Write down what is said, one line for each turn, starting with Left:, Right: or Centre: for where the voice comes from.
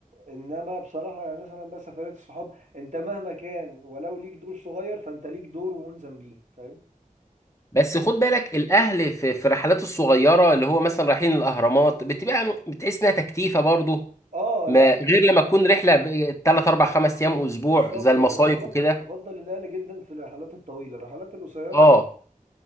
Right: انما بصراحه يعني مثلا بقى سفرات الصحاب انت مهما كان ولو ليك دور صغير فانت ليك دور وملزم بيه فاهم
Left: بس خد بالك الاهل في في الرحلات الصغيره اللي هو مثلا رايحين الاهرامات بتبقى بتحس انها تكتيفه برضه
Right: اه
Left: ما
Right: لا
Left: غير لما
Right: لا
Left: تكون
Right: لا
Left: رحله 3 4 5 ايام اسبوع
Right: بالظبط
Left: زي المصايف
Right: انا بفضل
Left: وكده
Right: بفضل الاهل جدا في الرحلات الطويله الرحلات القصيره
Left: اه
Right: لا